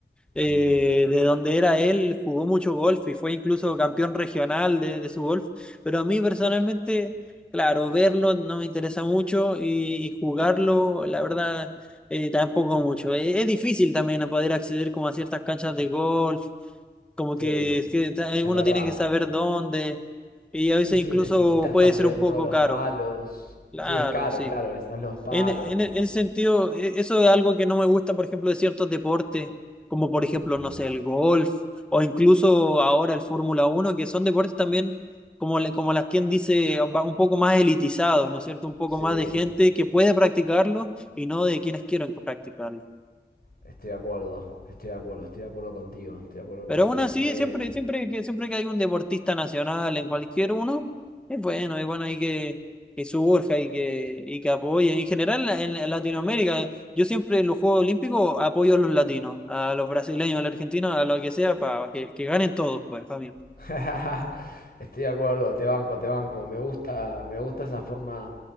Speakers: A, in the centre; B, on the left (about 55°).
A: Eh,
B: Mm.
A: de donde era él, jugó mucho golf y fue incluso campeón regional de, de su golf. Pero a mí personalmente, claro, verlo no me interesa mucho y, y jugarlo, la verdad, eh, tampoco mucho. Eh, es difícil también poder acceder como a ciertas canchas de golf como
B: Sí,
A: que, es que ta-
B: es
A: uno
B: verdad.
A: tiene que saber dónde y
B: Sí,
A: a veces
B: sí,
A: incluso
B: necesitas
A: puede
B: también
A: ser un poco
B: todos los
A: caro.
B: palos.
A: Claro,
B: Sí, es caro,
A: sí.
B: claro, necesitas los palos,
A: En, en,
B: como...
A: en ese sentido, e- eso es algo que no me gusta, por ejemplo, de ciertos deportes, como por ejemplo,
B: Mm.
A: no sé, el golf o incluso ahora el Fórmula uno, que son deportes también, como, le- como las quien dice, va- un poco más elitizados, ¿no es cierto? Un poco
B: Sí.
A: más de gente que puede practicarlo y no de quienes quieren practicarlo.
B: Estoy de acuerdo, estoy de acuerdo, estoy de acuerdo contigo, estoy de acuerdo
A: Pero
B: contigo.
A: aún así,
B: Me...
A: siempre, siempre, que, siempre que hay un deportista nacional en cualquier uno, es bueno, es bueno ahí que, que surja y que, y que apoye. En general, la- en Latinoamérica, yo siempre en los Juegos Olímpicos apoyo a los latinos, a los brasileños, a los argentinos, a lo que sea, para que, que ganen todos, pues, para mí.
B: <laughs> Estoy de acuerdo, te banco, te banco. Me gusta, me gusta esa forma,